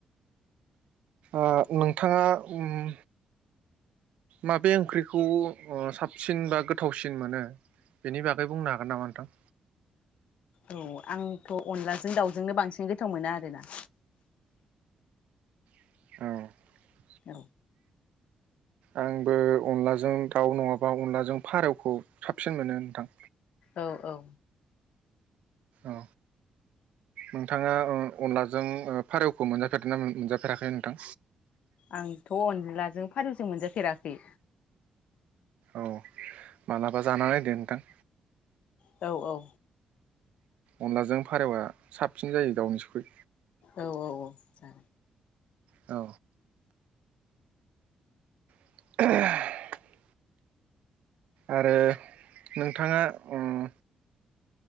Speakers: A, on the right; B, on the left.
A: ओ नोंथांङा उम्म माबे ओंख्रिखौ ओ साबसिन बा गोथावसिन मोनो बेनि बागै बुंनो हागोन नामा नोंथां?
B: औ औ आंथ' अनलाजों दाउजोंनो बांसिन गोथाव मोनो आरोना।
A: औ
B: औ
A: आंबो अनलाजों दाउ नङाबा अनलाजों फारौखौ साबसिन मोनो नोंथां।
B: औ औ
A: औ नोंथांङा ओ अनलाजों ओ फारौखौ मोनजाफेरदों ना मोनजाफेराखै नोंथां?
B: आंथ' अनलाजों फारौजों मोनजाफेराखै।
A: औ मालाबा जाना नायदो नोंथां।
B: औ औ
A: अनलाजों फारौआ साबसिन जायो दावनिसुखै।
B: औ औ औ
A: औ ओहो आरो नोंथांङा उम्म